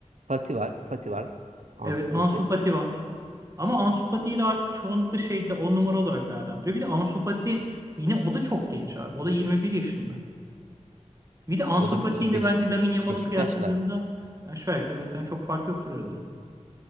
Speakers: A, on the right (about 70°); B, on the right (about 25°).
A: Fati var, Fati var. Ansu
B: Evet Ansu
A: Fati.
B: Fati var. Ama Ansu Fati'yi de artık çoğunlukla şeyde 10 numara olarak değerlendiriyor. Bir de Ansu Fati yine o da çok genç abi. O da 21 yaşında. Bir de Ansu
A: O da
B: Fati
A: biliyorsun
B: ile
A: Beşik
B: bence Lamine Yamal'ı
A: Beşiktaş'la.
B: kıyasladığında aşağı yukarı muhtemelen çok fark yoktur aralarında.